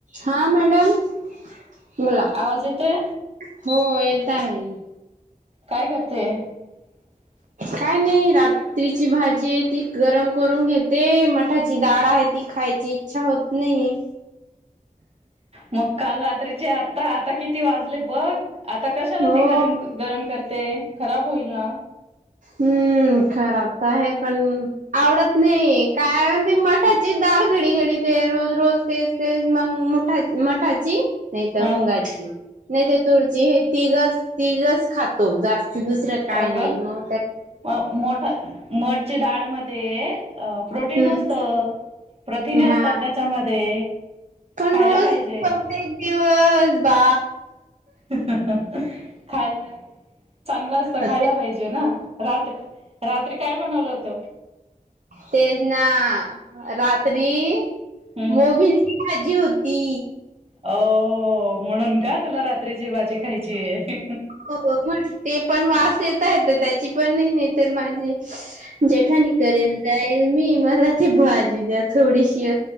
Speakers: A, on the right (about 60°); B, on the right (about 45°).
A: हा, मॅडम बोला
B: आवाज येतोय?
A: हो, येत आहे.
B: काय करते? <unintelligible>
A: काय नाही, रात कत्रीची भाजी आहे ती गरम करून घेते, मठाची डाळ आहे, ती खायची इच्छा होत नाही.
B: मग काल रात्रीचे आता, आता किती वाजले बघ, आता कशाला
A: हो.
B: ती गरीम गरम करते, खराब होईल ना?
A: हम्म, खराब तर आहे, पण - आवडत नाही. कारण ती मठाची डाळ घडी घडी ते, रोज रोज तेच तेच मग, मुठा मठाची नाही तर
B: हा
A: मुंगाची, नाही त तुळची हे तीघच. तीघच खातो जास्त ते दुसरं काय
B: अगं
A: नई म
B: म मोठं मठची डाळमध्ये अ प्रोटीन
A: हम्म
B: असतं. प्रथिने
A: हा
B: असतात त्याच्यामध्ये.
A: पण,
B: खायला
A: रोज
B: पाहिजे
A: परतेक दिवस बा
B: खाल चांगलं असतं.
A: ते
B: खायला पाहिजे ना? रात- रात्री काय बनवलं होत?
A: ते ना, रात्री
B: हम्म.
A: मोबील भाजी होती.
B: ओ, म्हणून का तुला रात्रीची भाजी खायची आहे?
A: हो, हो ते पण वास येत आहे त्याची पण नाही. नाही तर माझी जेठाणी करेल जाईल मी. मला ती भाजी द्या थोडीशी